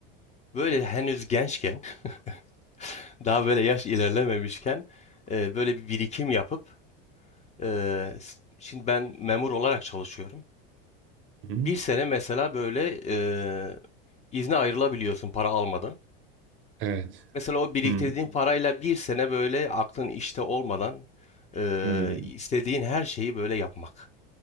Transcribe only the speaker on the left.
Böyle henüz gençken, <laughs> daha böyle yaş ilerlememişken e, böyle bir birikim yapıp e, s- şimdi ben memur olarak çalışıyorum.
Bir sene mesela böyle e, izne ayrılabiliyorsun para almadan.
Mesela o biriktirdiğin
parayla bir sene böyle aklın işte olmadan e,
istediğin her şeyi böyle yapmak.